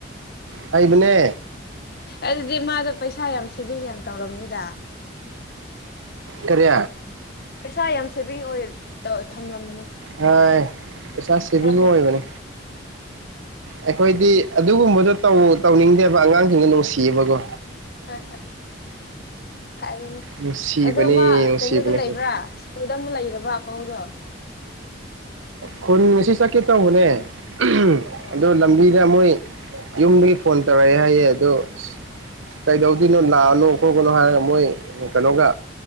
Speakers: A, on the right; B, on the left.
A: ꯍꯩꯕꯅꯦ
B: ꯑꯗ ꯏꯃꯥꯗꯨ ꯄꯩꯁꯥ ꯌꯥꯝ ꯁꯦꯕꯤꯡ ꯌꯥꯝ ꯇꯧꯔꯝꯃꯤꯗ
A: ꯀꯔꯤ
B: ꯄꯩꯁꯥ ꯌꯥꯝ ꯁꯦꯚꯤꯡ ꯑꯣꯏ ꯇꯣ ꯊꯝꯂꯝ
A: ꯍꯥꯏ ꯄꯩꯁꯥ ꯁꯦꯚꯤꯡ
B: ꯑꯆꯥꯄꯣꯠ
A: ꯑꯣꯏꯕꯅꯦ ꯑꯩꯈꯣꯏꯗꯤ ꯑꯗꯨꯒꯨꯝꯕꯗꯣ ꯇꯧꯑꯣ ꯇꯧꯅꯤꯡꯗꯦꯕ ꯑꯉꯥꯡꯁꯤꯡꯗꯨ ꯅꯨꯡꯁꯤꯌꯦꯕꯀꯣ
B: ꯍꯣꯏ ꯍꯣꯏ ꯐꯔꯤꯅꯦ
A: ꯅꯨꯡꯁꯤꯕꯅꯤ
B: ꯑꯗꯣ ꯃꯥ
A: ꯅꯨꯡꯁꯤꯕꯅꯤ
B: ꯀꯩꯅꯣꯗ
A: ꯑꯩꯈꯣꯏ
B: ꯂꯩꯕ꯭ꯔꯥ ꯁ꯭ꯀꯨꯜꯗ ꯑꯃꯨꯛ ꯂꯩꯔꯕ ꯄꯥꯎꯗꯣ
A: ꯈꯨꯟ ꯉꯁꯤ ꯆꯠꯀꯦ ꯇꯧꯕꯅꯦ ꯎꯍꯨꯝ
B: ꯑꯣ
A: ꯑꯗꯣ ꯂꯝꯕꯤꯗ ꯃꯣꯏ ꯌꯨꯝꯗꯒꯤ ꯐꯣꯟ ꯇꯧꯔꯛꯑꯦ ꯍꯥꯏꯌꯦ ꯑꯗꯣ ꯑꯁ ꯀꯩꯗꯧꯗꯣꯏꯅꯣ ꯂꯥꯛꯑꯅꯣ ꯈꯣꯠꯀꯅꯣ ꯍꯥꯏꯔꯒ ꯃꯣꯏ ꯀꯩꯅꯣꯒ